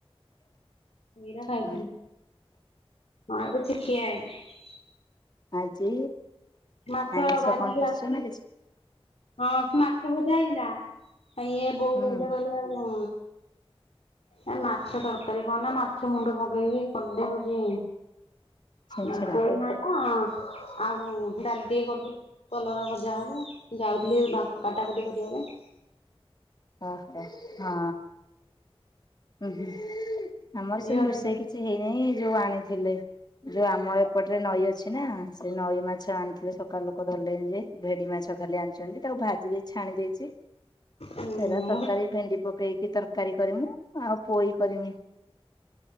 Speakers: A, on the left; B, on the left.
A: ଏଇରା ଖାଇଥିଲି
B: ହୁଁ
A: ଆଉ କିଛି ଖିଆ ହେଇନେଇ।
B: ଆଜି
A: ମାଛ
B: ଆଇଁଷ
A: ଭାଜିକି
B: କଣ କରୁଚ
A: ଆସିଛି
B: ନା କିଛି
A: ହଁ ମାଛ ଭଜା ହେଇଥିଲା ଆ ଇଏ ବୋଉ
B: ହୁଁ
A: କହିଲେ କହିଲେ ଆଉ ଏ ମାଛ ତରକାରୀ କରନା ମାଛ ମୁଣ୍ଡ ପକେଇକି କରିଦେ ହଉଚି
B: ଛେଞ୍ଚେଡା
A: ଉଁ ପୋଇ ନାଡ଼ା ଆଉ ଡାଲି ଟିକେ କରିଦେ। କଲରା ଭଜା ହବ ଯାଉଥିଲି ବା କାଟାକୁଟି କରିବା ପାଇଁ।
B: ଓହୋ ହଁ ଉଁ ହୁଁ ଆମର
A: ଝିଅ
B: ସେମ୍ ରୋଷେଇ
A: ଟା
B: କି କିଛି ହେଇ ନାଇଁ ଇଏ ଯୋଉ ଆଣିଥିଲେ ଯୋଉ ଆମର ଏପଟରେ ନଈ ଅଛି ନା ସେ ନଈ ମାଛ ଆଣିଥିଲେ ସକାଳେ ଲୋକ ଧରିଲେଣି ଯେ ଭେଦି ମାଛ ଖାଲି ଆଣିଛନ୍ତି, ତାକୁ ଭାଜି ଦେଇ ଛାଣି ଦେଇଛି
A: ହୁଁ
B: ସେରା ତରକାରୀ
A: ମୁଁ ବି
B: ଭେଣ୍ଡି ପକେଇକି ତରକାରୀ କରିମୁ ଆଉ ପୋଇ କରିମି